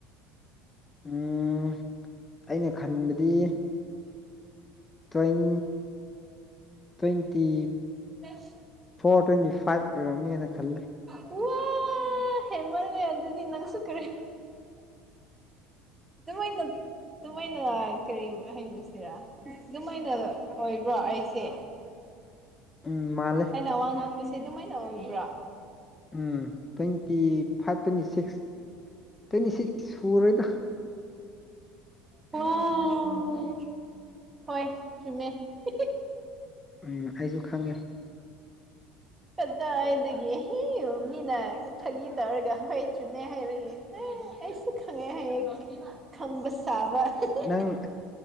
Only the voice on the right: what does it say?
<unintelligible>
ꯍꯍꯍ ꯍꯦꯜꯃꯜꯂꯦ ꯑꯗꯨꯗꯤ ꯅꯪꯁꯨꯨ ꯀꯔꯤꯔꯥ ꯑꯗꯨꯃꯥꯏꯅ ꯑꯗꯨꯃꯥꯏꯅ ꯀꯔꯤ ꯍꯪꯉꯨꯁꯤꯔꯥ ꯑꯗꯨꯃꯥꯏꯅ ꯑꯣꯏꯕ꯭ꯔꯣ ꯑꯩꯁꯦ
ꯑꯩꯅ ꯋꯥ ꯉꯥꯡꯕꯁꯦ ꯑꯗꯨꯃꯥꯏꯅ ꯑꯣꯏꯕ꯭ꯔꯥ
ꯋꯥꯎꯎ ꯍꯣꯏ ꯆꯨꯝꯃꯦ ꯍꯤ ꯍꯤ
ꯀꯗꯥꯋꯥꯏꯗꯒꯤ ꯍꯤ ꯃꯤꯅ ꯐꯥꯒꯤ ꯇꯧꯔꯒ ꯍꯣꯏ ꯆꯨꯝꯃꯦ ꯍꯥꯏꯔꯒꯦ ꯑꯩꯁꯨ ꯈꯪꯉꯦ ꯍꯥꯏꯌꯦ ꯈꯪꯕ ꯁꯥꯥꯕ ꯍꯤ ꯍꯤ
ꯍ